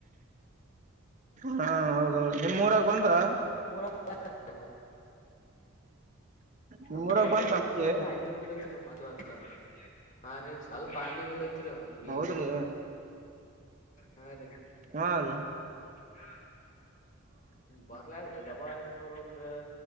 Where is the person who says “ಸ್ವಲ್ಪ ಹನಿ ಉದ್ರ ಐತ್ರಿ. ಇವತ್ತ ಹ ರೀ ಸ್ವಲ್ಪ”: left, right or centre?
Left